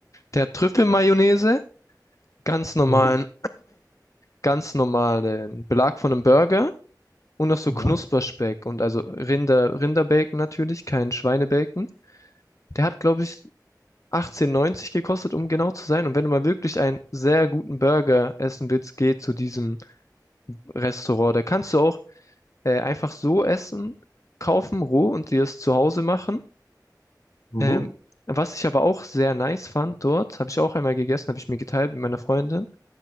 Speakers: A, on the left; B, on the left.
A: Der hat Trüffelmayonnaise, ganz normalen,
B: Mhm.
A: ganz normalen Belag von einem Burger und noch so
B: Ja.
A: Knusperspeck und also Rinder, Rinderbacon natürlich, kein Schweinebacon. Der hat, glaube ich, 18,90 gekostet, um genau zu sein. Und wenn du mal wirklich einen sehr guten Burger essen willst, geh zu diesem Restaurant. Da kannst du auch äh, einfach so essen, kaufen, roh und dir es zu Hause machen.
B: Mhm.
A: Ähm, was ich aber auch sehr nice fand dort, habe ich auch einmal gegessen, habe ich mir geteilt mit meiner Freundin.